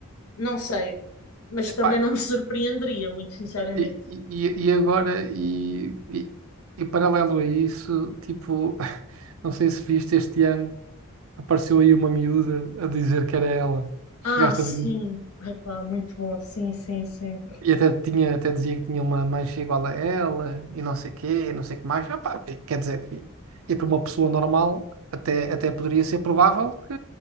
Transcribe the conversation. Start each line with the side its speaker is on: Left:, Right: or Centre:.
Left: não sei, mas
Right: Epá,
Left: também não me <laughs> surpreenderia, muito sinceramente.
Right: e, e, e agora, e, e, e paralelo a isso, tipo, <laughs> não sei se viste este ano, apareceu aí uma miúda a dizer que era ela. Chegaste
Left: Ah, sim.
Right: a ver?
Left: Epá, muito bom. Sim, sim, sim.
Right: E até tinha, até dizia que tinha uma mancha igual a ela, e não sei quê, e não sei o que mais. Ah, pá, quer dizer, e, e para uma pessoa normal, até, até poderia ser provável que